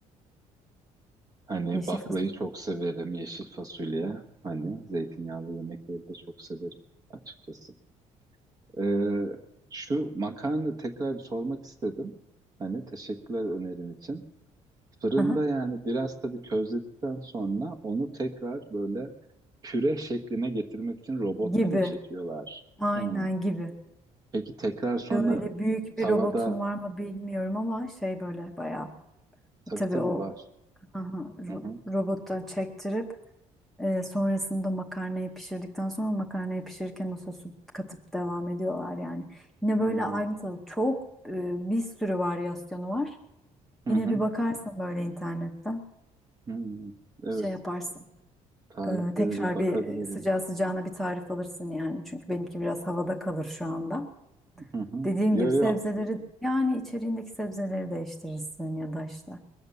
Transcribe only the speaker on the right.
Hani
baklayı
çok severim, yeşil fasulye. Hani zeytinyağlı yemekleri de çok severim açıkçası. Ee, şu makarna tekrar bir sormak istedim. Hani teşekkürler önerin için. Fırında
yani biraz tabii közledikten sonra onu tekrar böyle püre şekline getirmek için robotta
mı çekiyorlar?
Hmm.
Peki tekrar sonra
tavada
tabii
tabii
var.
Hı hı.
Hı
hı.
Hı
hı.
Hı. Evet.
Tariflere
bir bakabilirim.
Hı hı.
Yo
yo.